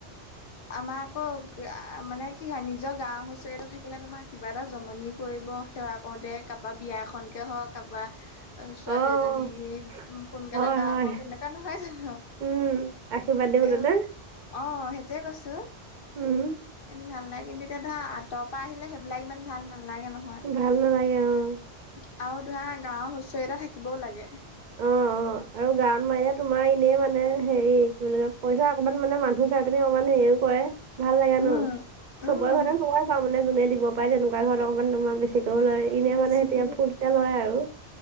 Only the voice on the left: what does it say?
আমাৰ আক এ মানে কি হয় নিজৰ গাঁও হুঁচৰি এটা থাকিলে তোমাৰ কিবা এটা জমনি কৰিব সেৱা কৰোঁতে কাৰোবাৰ বিয়া এখনকে হওক কাৰোবাৰ ছোৱালী
এজনী সি সোনকালে
দৰা
পাওক এনেকুৱা নহয় জানো
এ
অ সেইটোয়ে কৈছো
এনে ভাল লাগে কিন্তু এতিয়া ধৰা আতৰ পৰা আহিলে সেইবিলাক ইমান ভাল নালাগে ন হয়
আৰু ধৰা গাঁওৰ হুচৰি এটা থাকিবও লাগে <unintelligible>
উম
উম
বেছিকে